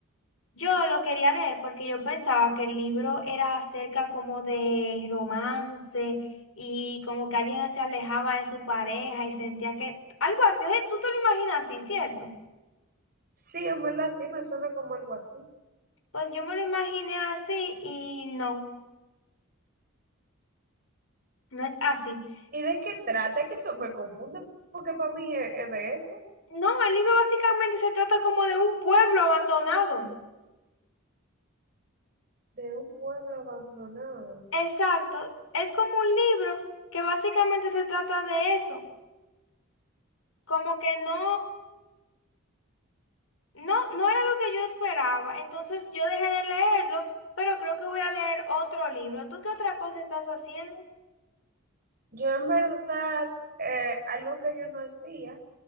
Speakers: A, on the left (about 75°); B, on the right (about 45°).
A: yo lo quería leer porque yo pensaba que el libro era acerca como de romance y como que alguien se alejaba de su pareja y sentía que algo así. ¿eh? Tú te lo imaginas así, ¿cierto?
B: Sí, en verdad sí, me suena como algo así.
A: Pues yo me lo imaginé así y no, no es así.
B: ¿Y de qué trata? Es que eso me confunde, porque para mí es, es de eso,
A: No, el libro básicamente se trata como de un pueblo abandonado.
B: de un pueblo abandonado.
A: Exacto. Es como un libro que básicamente se trata de eso. Como que no, no, no era lo que yo esperaba. Entonces yo dejé de leerlo, pero creo que voy a leer otro libro. ¿Tú qué otra cosa estás haciendo?
B: Yo en verdad, eh, algo que yo no hacía,